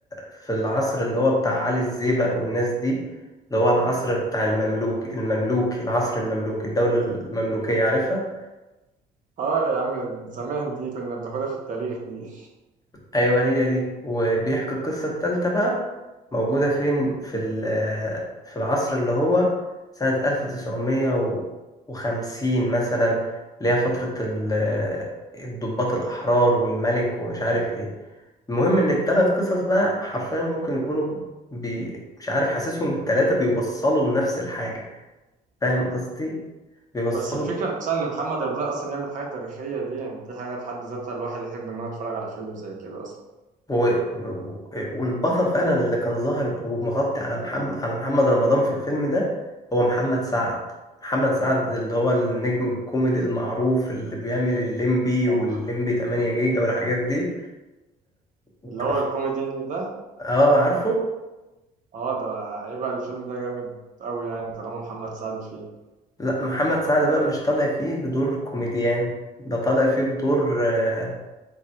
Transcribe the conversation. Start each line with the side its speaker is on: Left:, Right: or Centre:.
Left: في العصر اللي هو بتاع علي الزيبق والناس دي اللي هو العصر بتاع المملوك المملوكي العصر المملوكي الدولة المملوكية عارفها
Right: اه يا عم زمان دي كنا بناخدها في التاريخ دي
Left: ايوه هي دي وبيحكي القصه التالتة بقى موجوده فين في ال- في العصر اللي هو سنه 1950 مثلا اللي هي فتره ال- الضباط الاحرار والملك ومش عارف ايه المهم ان التلات قصص بقى حرفيا ممكن يكونوا بي... مش عارف حاسسهم التلاتة بيوصلوا لنفس الحاجه فاهم قصدي بيوصلوا
Right: بس الفكرة نفسها ان محمد رمضان اصلا يعمل حاجة تاريخية دي يعني دي حاجة في حد ذاتها الواحد يحب ان هو يتفرج على فيلم زي كده اصلا
Left: و... و- والبطل فعلا اللي كان ظاهر ومغطي على محمد على محمد رمضان في الفيلم ده هو محمد سعد محمد سعد اللي هو النجم الكوميدي المعروف اللي بيعمل الليمبي
Right: هو
Left: والليمبي
Right: مح-
Left: 8 جيجا والحاجات دي أنت
Right: اللي هو
Left: ف-
Right: الكوميدي ده
Left: اه عارفه
Right: اه ده يبقى الفيلم ده جامد قوي يعني طالما محمد سعد فيه
Left: لا محمد سعد بقى مش طالع فيه بدور كوميديان ده طالع فيه بدور آه،